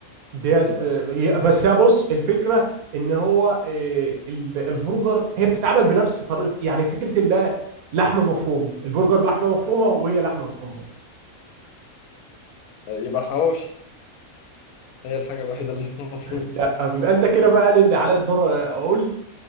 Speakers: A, on the right; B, on the left.
A: ديت
B: إيه ده
A: آه،
B: آه،
A: هي- بس يا بص الفكره ان هو آه، ال- البرجر هي بتتعمل بنفس طريقه يعني فكره اللي هي لحمه مفرومه البرجر لحمه مفرومه وهي لحمه مفرومه
B: يبقى حواوشي هي الحاجة الوحيدة اللي <laughs> المفروض
A: لا بيبقى انت كده بقى انا اللي عليا الدور اقول